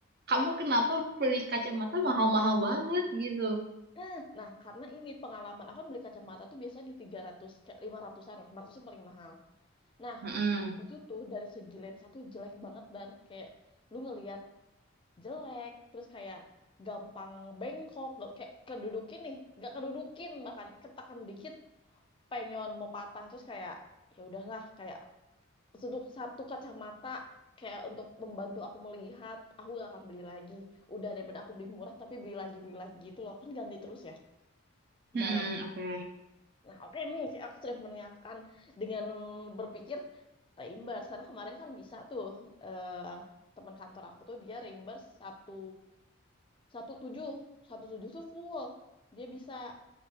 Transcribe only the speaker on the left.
Eh, Nah, karena ini pengalaman aku kan beli kacamata tuh biasanya di 300 ke 500-an lah, 500 itu paling mahal. Nah,
itu tuh dari segi lensa tuh jelek banget dan kayak lu ngelihat jelek terus kayak gampang bengkok gak, kayak kedudukin nih gak kedudukin bahkan ketakan dikit penyon mau patah terus kayak ya udahlah kayak untuk satu kacamata kayak untuk membantu aku melihat aku gak akan beli lagi udah daripada aku beli murah tapi beli lagi beli lagi gitu loh kan ganti terus ya kemarin
Nah, oke nih, aku sudah menyiapkan dengan berpikir reimburse karena kemarin kan bisa tuh eh, teman kantor aku tuh dia reimburse satu satu tujuh satu tujuh tuh full dia bisa